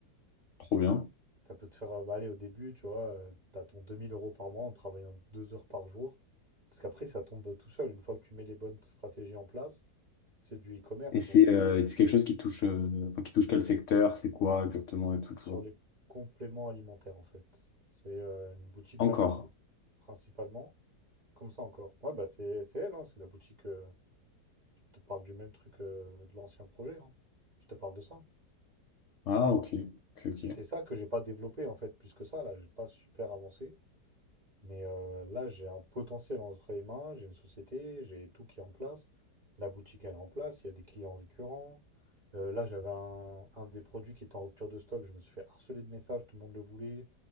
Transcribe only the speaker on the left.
trop bien.
Et c'est
euh,
c'est quelque chose qui touche, euh, enfin, qui touche quel secteur, c'est quoi exactement et
tout, tu
vois.
Encore.
Ah, ok. Ok, ok.